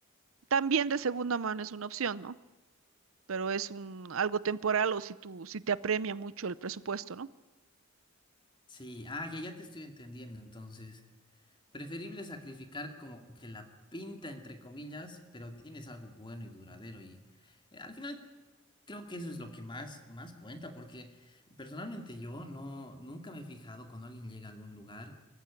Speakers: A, on the right; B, on the left.
A: también de segunda mano es una opción, ¿no? Pero es un algo temporal o si tú, si te apremia mucho el presupuesto, ¿no?
B: sí, ah, ya, ya te estoy entendiendo. Entonces, preferible sacrificar como que la pinta, entre comillas, pero tienes algo bueno y duradero. Y eh, al final Creo que eso es lo que más, más cuenta, porque personalmente yo no, nunca me he fijado cuando alguien llega a algún lugar